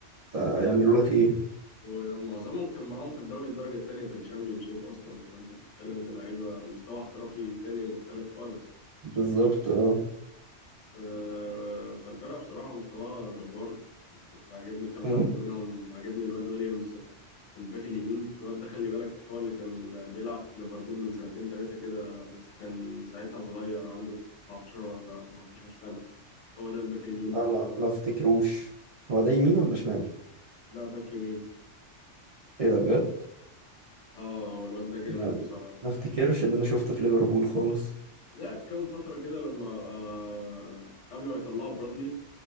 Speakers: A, on the right; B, on the left.
A: ده
B: ون-
A: هيعملوا لك إيه
B: ومعظمهم كان معاهم في الدوري الدرجه الثانيه في الشامبيونشيب اصلا فانت بتتكلم ان اللعيبه مستوى احترافي تاني مختلف خالص
A: بالظبط اه
B: آه، فالفرقه بصراحه مستواها جبار انا عاجبني كام
A: مم.
B: حد منهم عاجبني الواد ويليامز الباك اليمين الواد ده خلي بالك هو اللي كان بيلعب في ليفربول من سنتين ثلاثه كده بس كان ساعتها صغير عنده 19 ولا 18 سنه هو ده الباك اليمين بتاعهم
A: لا ما
B: الواد
A: ما افتكروش هو ده يمين ولا شمال؟
B: لا باك يمين
A: إيه ده بجد؟
B: اه هو الواد ده جامد
A: لا
B: بصراحة
A: ما افتكرش إن أنا شفته في ليفربول خالص
B: لعب كام فترة كده لما آه قبل ما يطلعوا برادلي